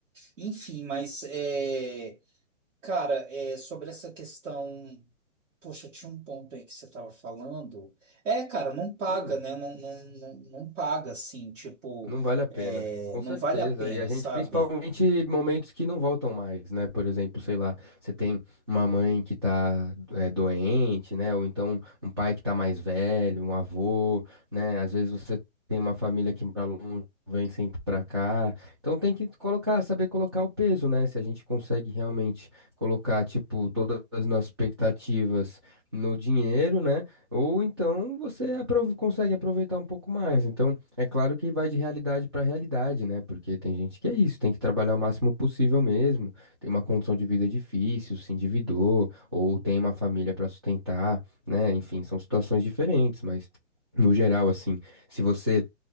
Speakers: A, on the right (about 75°); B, on the right (about 20°).
A: Enfim, mas é, cara, é, sobre essa questão. Poxa, tinha um ponto aí que você estava falando. É, cara, não paga,
B: Hum.
A: né? Não, não, não, não paga assim, tipo,
B: Não vale a pena,
A: é,
B: com
A: não
B: certeza.
A: vale a pena,
B: E a gente,
A: sabe?
B: principalmente momentos que não voltam mais, né? Por exemplo, sei lá, você tem uma mãe que tá é, doente, né? Ou então um pai que tá mais velho, um avô, né? Às vezes você tem uma família que mora longe, vem sempre pra cá. Então tem que colocar, saber colocar o peso, né? Se a gente consegue realmente colocar, tipo, todas as nossas expectativas no dinheiro, né? Ou então você aprov- consegue aproveitar um pouco mais. Então. É claro que vai de realidade para realidade, né? Porque tem gente que é isso, tem que trabalhar o máximo possível mesmo, tem uma condição de vida difícil, se endividou, ou tem uma família para sustentar, né? Enfim, são situações diferentes, mas no geral, assim, se você